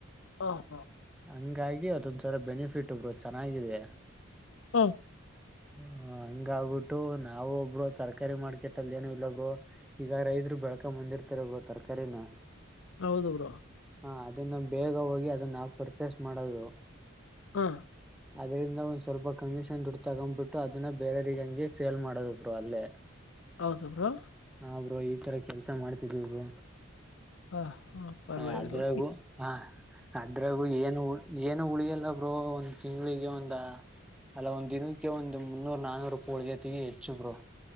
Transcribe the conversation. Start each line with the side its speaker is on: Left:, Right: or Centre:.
Left: ಹ ಹಾ
Centre: ಹಂಗಾಗಿ ಅದೊಂದ್ಸಲ ಬೆನಿಫಿಟ್ ಬ್ರೋ ಚೆನ್ನಾಗಿದೆ.
Left: ಹಾ
Centre: ಹ ಹಂಗಾಆಗ್ಬಿಟ್ಟು ನಾವು ಬ್ರೋ ತರಕಾರಿ ಮಾರ್ಕೆಟ್ ಅಲ್ಲಿ ಏನ ಇಲ್ಲಾ ಬ್ರೋ. ಈಗ ರೈತರು ಬೆಳಕ ಬಂದಿರ್ತಾರೆ ಬ್ರೋ ತರಕಾರಿನ.
Left: ಹೌದು ಬ್ರೋ
Centre: ಹಾ ಅದನ್ನ ಬೇಗ ಹೋಗಿ ಅದನ್ನ ಪರ್ಚೇಸ್ ಮಾಡೋದು.
Left: ಹಾ
Centre: ಅದರಿಂದ ಒಂದ್ ಸ್ವಲ್ಪ ಕಮಿಷನ್ ದುಡ್ಡು ತಗೊಬಿಟ್ಟು ಅದನ್ನ ಬೇರೆಯವ್ರಿಗೆ ಹಂಗೆ ಸೇಲ್ ಮಾಡೋದು ಬ್ರೋ ಅಲ್ಲೇ.
Left: ಹೌದು ಬ್ರೋ.
Centre: ಹಾ ಬ್ರೋ ಈ ತರಾ ಕೆಲ್ಸ ಮಾಡ್ತಿದ್ವಿ ಬ್ರೋ.
Left: ಹಾ ಹಾ ಪರವಾಗಿಲ್ಲ
Centre: ಹ ಅದ್ರಾಗೂ ಹ ಅದ್ರಾಗೂ ಏನು ಉಳ್ ಏನು ಉಳಿಯಲ್ಲಾ ಬ್ರೋ ಒಂದ ತಿಂಗಳಿಗೆ ಒಂದ. ಅಲ್ಲ ಒಂದ ದಿನಕ್ಕೆ ಒಂದು ಮುನ್ನೂರ ನಾನ್ನೂರು ರೂಪಾಯಿ ಉಳಿತೇತಿ ಹೆಚ್ಚು ಬ್ರೋ.